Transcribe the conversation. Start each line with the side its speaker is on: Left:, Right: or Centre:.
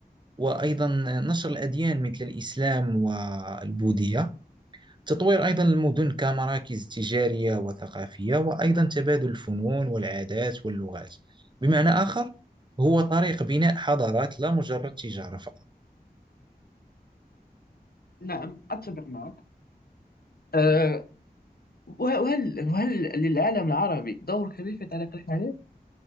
Right: وأيضا نشر الأديان مثل الإسلام والبوذية تطوير أيضا المدن كمراكز تجارية وثقافية وأيضا تبادل الفنون والعادات واللغات بمعنى آخر هو طريق بناء حضارات لا مجرد تجارة فقط
Left: نعم أتفق معك أه وه- وهل وهل للعالم العربي دور كبير في تعليق الحديث؟